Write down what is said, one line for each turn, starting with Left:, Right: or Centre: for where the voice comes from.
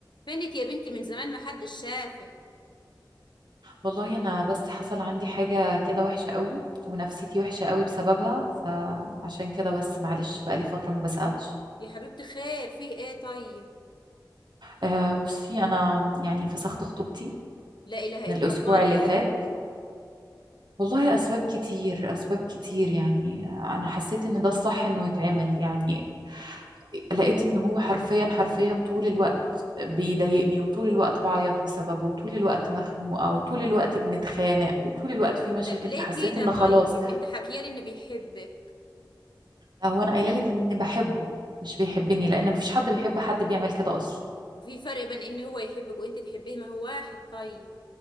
Left: فينك يا بنتي من زمان ما حدش شافك
Right: والله انا بس حصل عندي حاجة كده وحشة قوي ونفسيتي وحشة قوي بسببها فعشان كده بس معلش بقالي فترة ما بسألش
Left: يا حبيبتي خير فيه ايه طيب
Right: أه بصي انا يعني فسخت خطوبتي
Left: لا اله
Right: من
Left: الا
Right: الاسبوع
Left: الله ليه
Right: اللي فات والله اسباب كتير اسباب كتير يعني انا حسيت ان ده الصح انه يتعمل يعني لقيت ان هو حرفيا حرفيا طول الوقت بيضايقني وطول الوقت بعيط بسببه وطول الوقت مخنوقة وطول الوقت بنتخانق وطول الوقت في مشاكل
Left: طب ليه
Right: فحسيت
Left: كده
Right: ان
Left: طيب
Right: خلاص
Left: انت حكيالي ان بيحبك
Right: لا هو انا قايله لك ان بحبه مش بيحبني لان مفيش حد بيحب حد بيعمل كده اصلا
Left: وفي فرق بين ان هو يحبك وانت تحبيه ما هو واحد طيب